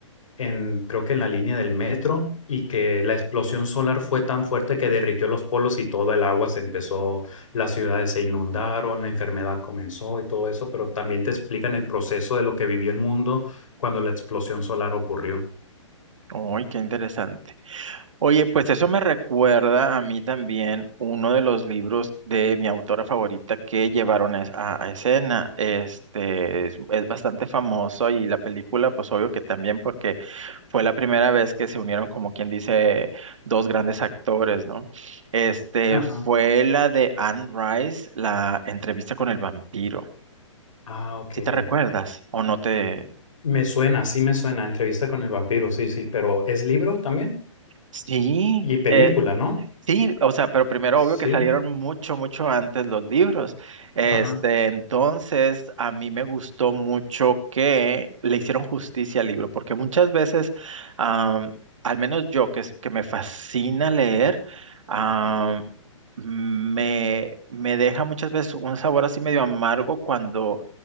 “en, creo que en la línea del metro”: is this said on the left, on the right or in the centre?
Left